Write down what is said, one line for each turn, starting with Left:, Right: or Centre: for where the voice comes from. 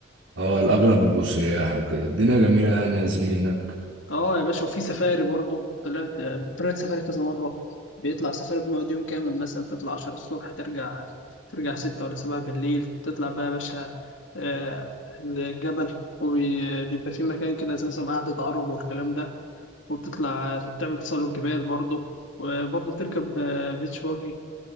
Right: اه الاغلب بيبقوا سياح وكده الدنيا جميله يعني يا زميلي هناك
Left: اه يا باشا وفي سفاري برضه طلعت طلعت سفاري كذا مره بيطلع سفاري بنقعد يوم كامل مثلا تطلع 10 الصبح ترجع ترجع 6 ولا 7 بالليل تطلع بقى يا باشا آه، الجبل وبيبقى في مكان كده زي نظام قعدة عرب والكلام ده وبتطلع تعمل تسلق جبال برضه وبرضه بتركب بيتش باجي